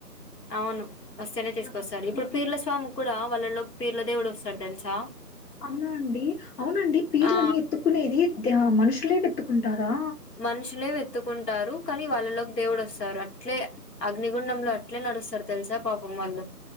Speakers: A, on the left; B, on the left.
A: అవును వస్తేనే
B: చాలా
A: తీసుకొస్తారు
B: కష్టం
A: ఇప్పుడు
B: అండి.
A: పీర్ల స్వామి కూడా వాళ్ళలోకి పీర్ల దేవుడు వస్తడు తెలుసా
B: అవునా అండి అవునండి పీర్లని
A: ఆ
B: ఎత్తుకునేది ద మనుషులే ఎత్తుకుంటారా
A: మనుషులే వెత్తుకుంటారు కానీ వాళ్ళలోకి దేవుడు వస్తారు అట్లే అగ్నిగుండంలో అట్లే నడుస్తారు తెలుసా పాపం వాళ్ళు